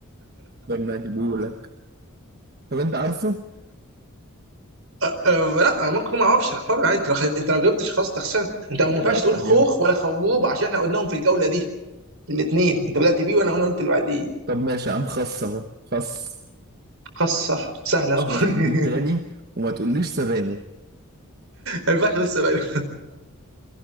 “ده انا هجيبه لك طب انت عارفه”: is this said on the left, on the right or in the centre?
Right